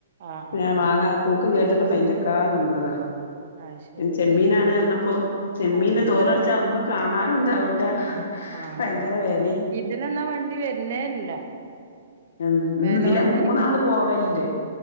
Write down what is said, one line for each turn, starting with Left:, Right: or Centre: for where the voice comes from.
Right: ആഹ്
Left: ന്നെ
Right: ആഹ്
Left: ഞാൻ
Right: ആഹ്
Left: വാങ്ങാ കൂക്ക് കേട്ട്ട്ട് മെയിന്റെകാതന്നതാ
Right: അത് ശരി
Left: പിന്ന ചെമ്മീനാണറഞ്ഞപ്പോ ചെമ്മീൻ
Right: ആഹ്
Left: തോലൊള് ച്ച ഒന്നും കാണാനും ഉണ്ടാവൂല
Right: ആ
Left: ഭയങ്കര
Right: അതെ
Left: വെലിം
Right: ഇതിലെന്നാ വണ്ടി വര്ന്നേല്ല
Left: ഇന്ന്തിലെ
Right: വെലോണ്ടായിരിക്കും
Left: മൂന്നാള് പോവലണ്ട്